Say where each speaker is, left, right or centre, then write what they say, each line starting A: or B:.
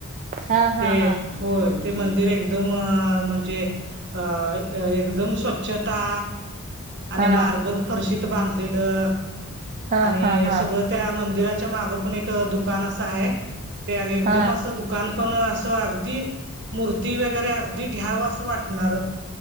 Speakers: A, on the right; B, on the right.
A: हा हा
B: ते
A: हा
B: होय ते मंदिर एकदम अ म्हणजे अ.... अ एकदम स्वच्छता आणि
A: हा
B: मार्बल.... फरशीत बांधलेलं
A: हा
B: आणि
A: हा हा
B: सगळं...... त्या मंदिराच्या माग पण एक अ दुकान असं आहे ते एकदम
A: हा हा
B: असं दु.. दुकानं पण असं अगदी मूर्ती वगैरे अगदी घ्यावं असं वाटणार....